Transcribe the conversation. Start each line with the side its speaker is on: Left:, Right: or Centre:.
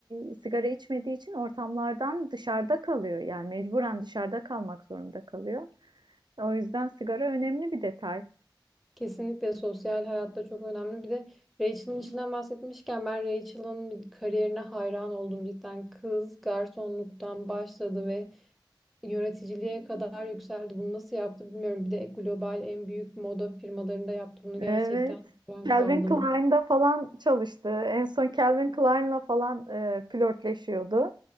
Right: e, sigara içmediği için ortamlardan dışarıda kalıyor. Yani mecburen dışarıda kalmak zorunda kalıyor. O yüzden sigara önemli bir detay.
Centre: Kesinlikle sosyal hayatta çok önemli. Bir de Rachel'ın içinden bahsetmişken ben Rachel'ın kariyerine hayran oldum cidden. Kız garsonluktan başladı ve yöneticiliğe kadar yükseldi. Bunu nasıl yaptı bilmiyorum. Bir de global en büyük moda firmalarında yaptı. Bunu
Right: Evet.
Centre: gerçekten ben
Right: Calvin
Centre: kaldım.
Right: Klein'da falan çalıştı. En son Calvin Klein'la falan e, flörtleşiyordu.